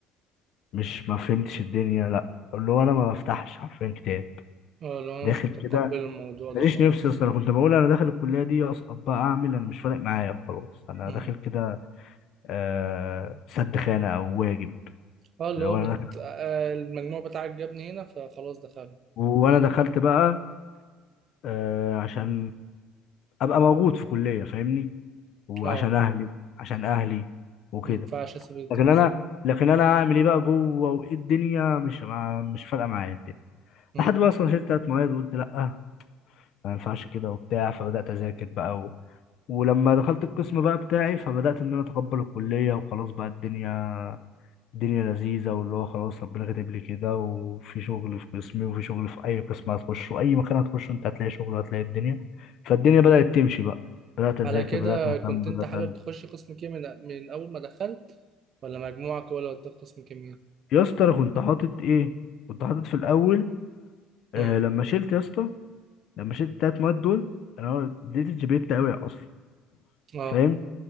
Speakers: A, on the left (about 50°); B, on the right (about 40°).
A: مش ما فهمتش الدنيا لا اللي هو انا ما بفتحش حرفيا كتاب
B: اه لو انا
A: داخل
B: مش متقبل
A: كده
B: الموضوع
A: ماليش
B: ده خالص
A: نفسي اصلا انا كنت بقول انا داخل الكليه دي اسقط بقى اعمل انا مش فارق معايا خلاص انا
B: امم
A: داخل كده آه سد خانه او واجب
B: اه اللي
A: اللي
B: هو
A: هو انا
B: بت...
A: داخل
B: آه، المجموع بتاعك جابني هنا فخلاص دخلنا
A: وانا دخلت بقى آه عشان ابقى موجود في كليه فاهمني وعشان
B: اه
A: اهلي عشان اهلي وكده
B: ما ينفعش اسيب الدراسة
A: لكن انا لكن انا اعمل ايه بقى جوه وايه الدنيا مش مع- مش فارقه معايا الدنيا
B: امم
A: لحد بقى اصلا شلت ثلاث مواد وقلت لا ما ينفعش كده وبتاع فبدأت أذاكر بقى و... ولما دخلت القسم بقى بتاعي فبدأت إن أنا أتقبل الكلية وخلاص بقى الدنيا الدنيا لذيذة واللي هو خلاص ربنا كاتب لي كده وفي شغل في قسمي وفي شغل في أي قسم هتخشه أي مكان هتخشه أنت هتلاقي شغل وهتلاقي الدنيا فالدنيا بدأت تمشي بقى بدأت أذاكر
B: على كده
A: بدأت أهتم
B: كنت انت
A: بدأت
B: حابب
A: أنزل
B: تخش قسم كيمياء من... من اول ما دخلت ولا مجموعك هو اللي وداك قسم كيمياء
A: يا اسطى أنا كنت حاطط إيه؟ كنت حاطط في الأول آه
B: امم
A: لما شلت يا اسطى لما شلت التلات مواد دول أنا اديت الجي بي إيه بتاعي وقع أصلا
B: اه
A: فاهم؟